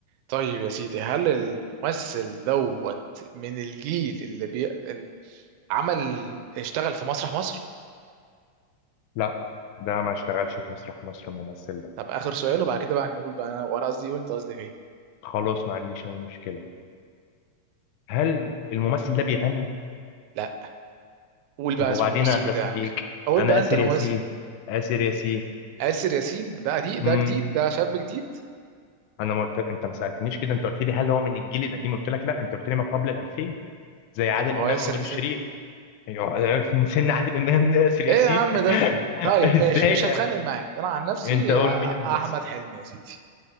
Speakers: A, on the right; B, on the left.
A: طيب يا سيدي هل الممثل دوت من الجيل اللي بي... ال- عمل اشتغل في مسرح مصر
B: لا ده ما اشتغلش في مسرح مصر الممثل ده
A: طب اخر سؤال وبعد كده بقى نقول بقى أنا- وانا قصدي ايه وانت قصدك ايه
B: خلاص ما عنديش اي مشكله هل الممثل ده بيغني
A: لا قول بقى
B: طب وبعدين
A: اسم الممثل
B: يا هندسه
A: بتاعك
B: فيك
A: اقول
B: انا
A: بقى انت
B: اسر
A: الممثل
B: ياسين اسر ياسين
A: آسر ياسين ده قديم
B: امم
A: ده جديد ده شاب جديد
B: انا ما قلت انت ما سالتنيش كده انت قلت لي هل هو من الجيل القديم قلت لك لا انت قلت لي ما قبل ال 2000 زي عادل
A: طب ما هو
B: امام
A: آسر
B: ونور الشريف أيوة، من سن عادل امام لاسر ياسين
A: ايه يا عم ده
B: <laughs>
A: طيب
B: ازاي
A: ماشي مش
B: يعني
A: هتخانق معاك انا عن نفسي
B: انت قول
A: أ-
B: مين الممثل
A: احمد حلمي يا سيدي